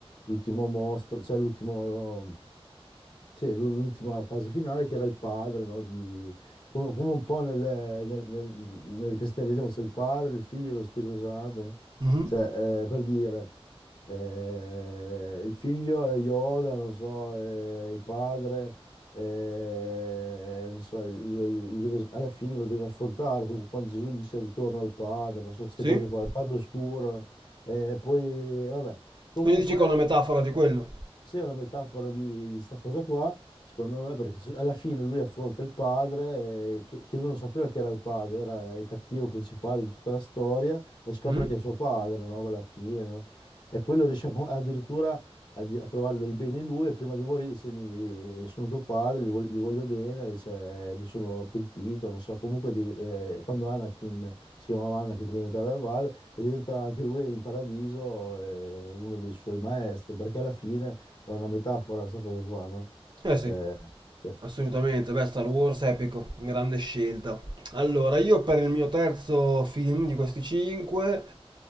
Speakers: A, on the left; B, on the right.
A: l'ultimo mostro, cioè l'ultimo. Sì, l'u- l'ultima fase finale che era il padre, no? Di... Come, come un po' nel, nel- nel- nel cristianesimo c'è il padre, il figlio e lo Spirito Santo, no?
B: Mhm.
A: Cioè, eh, per dire, eh, il figlio è Yoda, non so, eh, il padre, eh, non so, lo- lo deve- alla fine lo deve affrontare, come quando Gesù dice ritorno al padre, non so, queste
B: Sì.
A: cose qua, il padre oscuro, eh, poi, vabbè. Comunque...
B: Quindi dici che è una metafora di quello.
A: Sì, è una metafora di, di sta cosa qua, secondo me, perché c- alla fine lui affronta il padre, eh, che, che lui non sapeva che era il padre, era il cattivo principale di tutta la storia, e scopre
B: Mhm.
A: che è suo padre, no? Alla fine, no? E poi lo riesce a co- addirittura a, di- a trovare del bene in lui, e prima di morire dice, mi, sono tuo padre, li, vog- li voglio bene, dice, "Eh, mi sono pentito, non so, comunque di- eh, quando Anakin, si chiamava Anakin prima di entrare dal padre, e diventa anche lui in paradiso, eh, uno dei suoi maestri, perché alla fine è una metafora sta cosa qua, no?
B: Eh sì,
A: Eh, sì.
B: assolutamente. Beh, Star Wars epico, grande scelta. Allora, io per il mio terzo film di questi cinque,